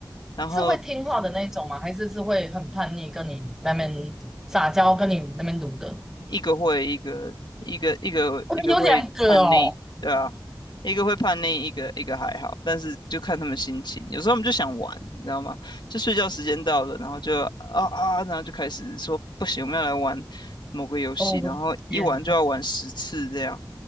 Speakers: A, on the left; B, in the centre.
A: 然后
B: 是会听话的那一种吗？还是是会很叛逆，跟你那边撒娇，跟你那边撸的？
A: 一个会一个一个一个一个会叛逆，
B: 我们有两个哦，
A: 对啊，一个会叛逆，一个一个还好，但是就看他们心情。有时候我们就想玩，你知道吗？就睡觉时间到了，然后就啊啊，然后就开始说不行，我们要来玩某个游戏，
B: 哦，
A: 然后一玩就要玩十次这样。
B: 我的天哪，